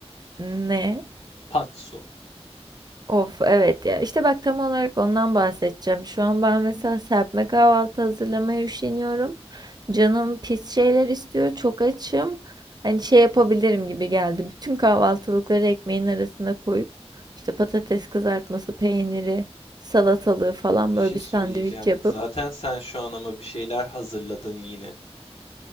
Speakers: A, on the right (about 40°); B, on the left (about 70°).
A: ne?
B: Patso.
A: Of evet ya işte bak tam olarak ondan bahsedeceğim. Şu an ben mesela serpme kahvaltı hazırlamaya üşeniyorum. Canım pis şeyler istiyor. Çok açım. Hani şey yapabilirim gibi geldi. Bütün kahvaltılıkları ekmeğin arasına koyup işte patates kızartması, peyniri, salatalığı falan
B: Bir
A: böyle
B: şey
A: bir
B: söyleyeceğim.
A: sandviç yapıp
B: Zaten sen şu an ama bir şeyler hazırladın yine.